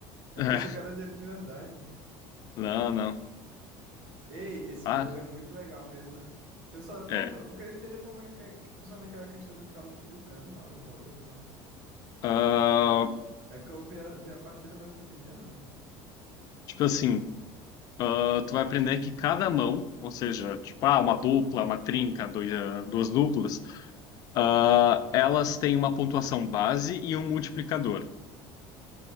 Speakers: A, on the right; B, on the left.
A: Eu
B: É,
A: pensei que era dinheiro de verdade.
B: não, não.
A: Ei, esse
B: Ah,
A: jogo é muito legal mesmo, né? Eu só como,
B: é.
A: eu quero entender como é que, é- que funciona aquela questão de ficar multiplicando lá os valores e tal.
B: Ah,
A: É que eu vi a, vi a partida, mas não entendia nada.
B: tipo assim, ah, tu vai aprender que cada mão, ou seja, tipo, ah, uma dupla, uma trinca, dois, ah, duas duplas, ah, elas têm uma pontuação base e um multiplicador.